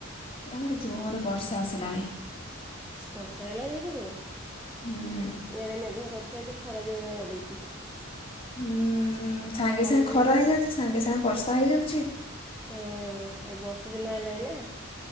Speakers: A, on the left (about 25°); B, in the centre.
A: ଆମର ଜୋରେ ବର୍ଷା ଆସିଲାଣି।
B: ବର୍ଷା ଆଇଲାଣି ହେପଟୁ।
A: ହୁଁ।
B: ଇଆଡେ ମେଘୁଆ କରିଥିଲା ଯେ ଖରା ଜୋରିଆ ବାଡେଇଛି।
A: ହୁଁ ସାଙ୍ଗେ
B: କାଲି
A: ସାଙ୍ଗେ ଖରା ହେଇଯାଉଛି ସାଙ୍ଗେ ସାଙ୍ଗେ ବର୍ଷା ହେଇଯାଉଛି।
B: ହୁଁ ଏ ବର୍ଷା ଦିନ ଆଇଲାଣି ନା।